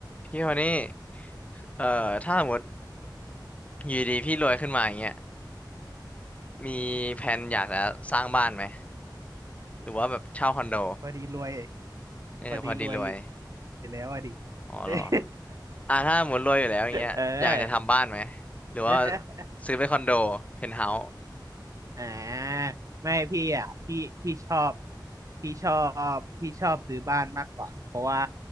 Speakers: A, on the left (about 15°); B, on the right (about 45°).
A: พี่คนนี้เอ่อถ้าสมมติอยู่ดีพี่รวยขึ้นมาอย่างเงี้ยมีแผนอยากจะสร้างบ้านไหมหรือว่าแบบเช่าคอนโด
B: พอดีรวย
A: เออพอดีรวย
B: พอดีรวยอยู่อยู่แล้วอะดิ
A: อ๋อเหรอ
B: <laughs>
A: อ่าถ้าสมมติรวยอยู่แล้วอย่างเงี้ยอยากจะทำบ้านไหม
B: เออ <laughs>
A: หรือว่า
B: ได้ครับ
A: ซื้อเป็นคอนโดเพนท์เฮาส์
B: อ่าไม่พี่อ่ะพี่พี่ชอบพี่ชอบพี่ชอบซื้อบ้านมากกว่าเพราะว่า